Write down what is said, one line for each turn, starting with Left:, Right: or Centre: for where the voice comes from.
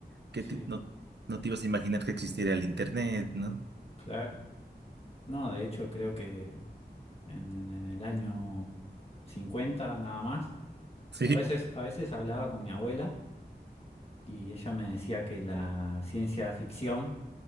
Right: que
Left: Sí,
Right: te- no, no te ibas a imaginar que existiera el Internet, ¿no?
Left: claro. No, de hecho creo que en, en el año 50 nada más,
Right: Sí,
Left: yo a veces, a veces hablaba con mi abuela. y ella me decía que la ciencia ficción,